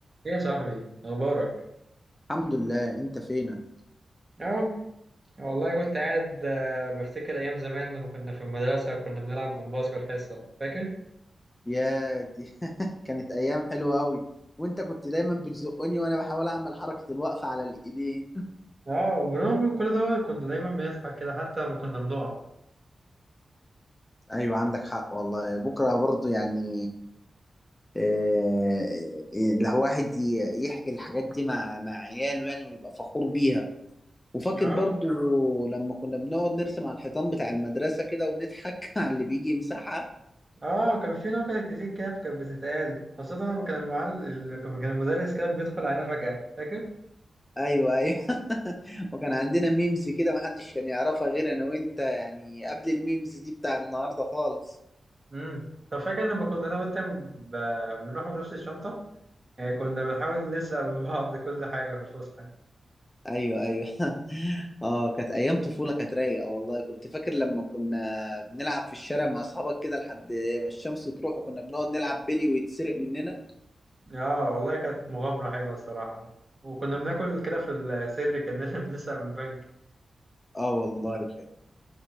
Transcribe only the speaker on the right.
ايه يا صاحبي اخبارك
اه والله كنت قاعد آه، بفتكر ايام زمان لما كنا في المدرسه وكنا بنلعب جمباز في الحصه فاكر
اه وبرغم من كل ده كنا دايما بنضحك كده حتى لما كنا بنقع
اه
اه وكان في نكت كتير كده كانت بتتقال خاصه لما كان المعلم لما كان المدرس كده بيدخل علينا فجاه فاكر
امم طب فاكر لما كنا انا وانت ب... بنروح بنفس الشنطه يعني كنا بنحاول نسرق من بعض كل حاجه في الفسحه
اه والله كانت مغامرة حلوة الصراحة وكنا بناكل كده في السر كأننا <laughs> بنسرق من بنك